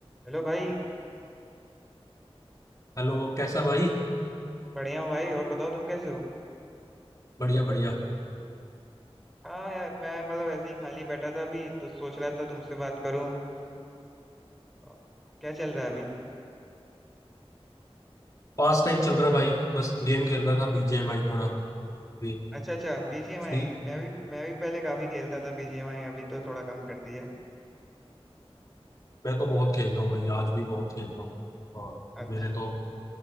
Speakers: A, in the centre; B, on the left.
A: Hello भाई
B: Hello कैसा भाई
A: बढ़िया हो भाई और बताओ तुम कैसे हो
B: बढ़िया बढ़िया
A: हाँ यार मैं मतलब ऐसे ही खाली बैठा था अभी तो सोच रहा था तुमसे बात करूं अ, क्या चल रहा है अभी
B: पास टाइम चल रहा है भाई बस गेम खेल रहा था बीजीएमआई थोड़ा फ्री
A: अच्छा अच्छा बीजीएमआई
B: फ्री
A: मैं भी मैं भी पहले काफी खेलता था बीजीएमआई अभी तो थोड़ा कम कर दिया है
B: मैं तो बहुत खेलता हूँ भाई आज भी बहुत खेलता हूँ और
A: अच्छा
B: मेरे तो